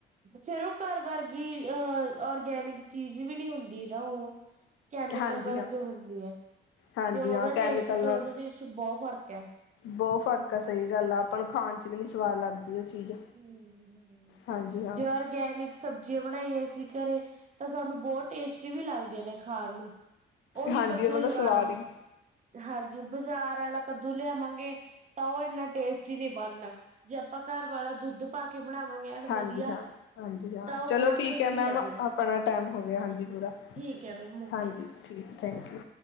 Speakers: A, on the right; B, on the left.
A: ਫੇਰ ਉਹ ਘਰ ਵਰਗੀ ਅਹ ਔਰਗੈਨਿਕ ਚੀਜ਼ ਵੀ ਨੀ ਹੁੰਦੀ ਨਾ ਉਹ। ਕੈਮੀਕਲ
B: ਹਾਂਜੀ
A: ਵਰਗੀ
B: ਹਾਂ,
A: ਹੁੰਦੀ ਹੈ,
B: ਹਾਂਜੀ
A: ਤੇ ਉਹਦੇ
B: ਹਾਂ
A: ਟੇਸਟ
B: ਕੈਮੀਕਲ
A: 'ਚ
B: ਨਾਲ
A: ਉਹਦੇ ਟੇਸਟ 'ਚ ਬਹੁਤ ਫ਼ਰਕ ਐ।
B: ਬਹੁਤ ਫ਼ਰਕ ਆ ਸਹੀ ਗੱਲ ਆ ਆਪਾਂ ਨੂੰ ਖਾਣ 'ਚ ਵੀ ਨੀ ਸਵਾਦ ਲੱਗਦੀ ਉਹ ਚੀਜ਼।
A: <unintelligible>
B: ਹਾਂਜੀ ਹਾਂ।
A: ਜੋ ਔਰਗੈਨਿਕ ਸਬਜ਼ੀਆਂ ਬਣਾਈਆਂ ਸੀ ਘਰੇ ਤਾਂ ਸਾਨੂੰ ਬਹੁਤ ਟੇਸਟੀ ਵੀ ਲੱਗਦੀਆਂ ਨੇ ਖਾਣ ਨੂੰ। ਉਹੀ
B: ਹਾਂਜੀ
A: ਕੱਦੂ
B: ਉਹਨਾਂ
A: ਲਗਾ
B: ਦਾ ਸਵਾਦ
A: ਲਓ,
B: ਹੀ
A: ਹਾਂਜੀ ਬਾਜ਼ਾਰ ਆਲਾ ਕੱਦੂ ਲਿਆਵਾਂਗੇ ਤਾਂ ਉਹ ਇੰਨਾ ਟੇਸਟੀ ਨਹੀਂ ਬਣਨਾ, ਜੇ ਆਪਾਂ ਘਰ ਵਾਲਾ ਦੁੱਧ ਪਾ ਕੇ ਬਣਾਵਾਂਗੇ ਐਨ
B: ਹਾਂਜੀ
A: ਵਧੀਆ,
B: ਹਾਂ, ਹਾਂਜੀ ਹਾਂ
A: ਤਾਂ ਉਹ
B: ਚਲੋ
A: ਬਹੁਤ
B: ਠੀਕ
A: ਟੇਸਟੀ
B: ਹੈ ਮੈਮ
A: ਲੱਗਣ।
B: ਆਪਣਾ ਟਾਈਮ ਹੋ ਗਿਆ ਹਾਂਜੀ ਪੂਰਾ
A: ਠੀਕ ਹੈ ਮ-
B: ਹਾਂਜੀ ਠੀਕ ਥੈਂਕ ਯੂ।